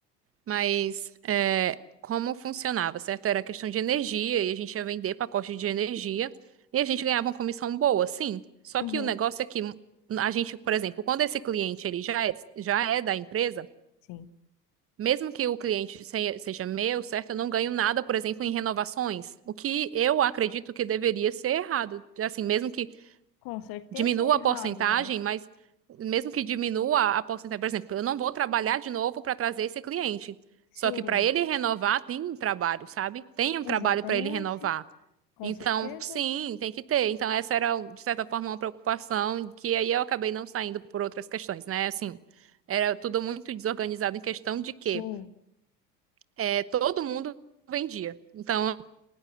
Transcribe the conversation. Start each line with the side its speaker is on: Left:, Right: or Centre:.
Right: Mas é, como funcionava, certo? Era questão de energia e a gente ia vender pacote de energia e a gente ganhava uma comissão boa, sim. Só
Left: uhum,
Right: que o negócio é que a gente, por exemplo, quando esse cliente ele já é, já é da empresa
Left: sim.
Right: Mesmo que o cliente se- seja meu, certo? Eu não ganho nada, por exemplo, em renovações. O que eu acredito que deveria ser errado. Assim, mesmo que
Left: Com certeza
Right: diminua
Left: é errado,
Right: a porcentagem,
Left: né?
Right: mas mesmo que diminua a porcentagem, por exemplo, eu não vou trabalhar de novo para trazer esse cliente.
Left: Sim,
Right: Só que para ele renovar, tem um trabalho, sabe? Tem um
Left: exatamente,
Right: trabalho para ele renovar.
Left: com
Right: Então,
Left: certeza,
Right: sim, tem que ter. Então, essa era, de certa forma, uma preocupação que aí eu acabei não saindo por outras questões, né? Assim, era tudo muito desorganizado em questão de quê?
Left: sim.
Right: é, todo mundo vendia. Então,